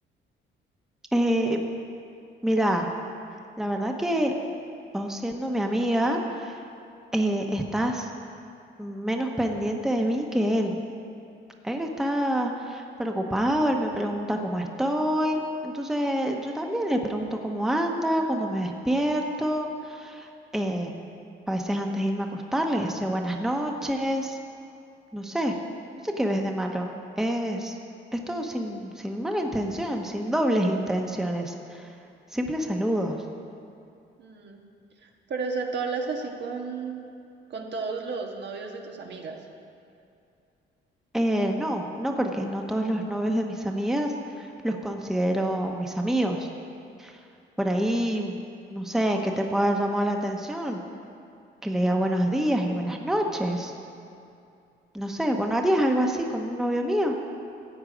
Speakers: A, in the centre; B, on the right (about 60°).
A: Eh, mira, la verdad que vos siendo mi amiga, eh, estás menos pendiente de mí que él. Él está preocupado, él me pregunta cómo estoy. Entonces yo también le pregunto cómo anda, cuando me despierto. eh, a veces antes de irme a acostar le deseo buenas noches. No sé, no sé qué ves de malo. Es, es todo sin, sin mala intención, sin dobles intenciones, simples saludos.
B: mm. Pero, o sea, tú hablas así con, con todos los novios de tus amigas.
A: Eh, no, no porque no todos los novios de mis amigas los considero mis amigos. Por ahí, no sé, que te pueda llamar la atención, que le diga buenos días y buenas noches. No sé, bueno, ¿harías algo así con un novio mío?